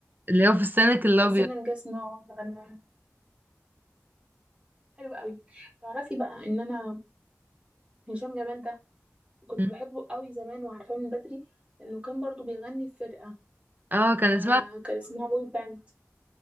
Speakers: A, on the right; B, on the right.
A: اللي هو في السنك الأبيض
B: حسين الجسم اه غناها حلو قوي تعرفي بقى ان انا هشام جمال ده كنت
A: مم.
B: بحبه قوي زمان وعارفاه من بدري لانه كان برضو بيغني في فرقة
A: اه كان
B: آه
A: اسمها
B: كان اسمها بوي باند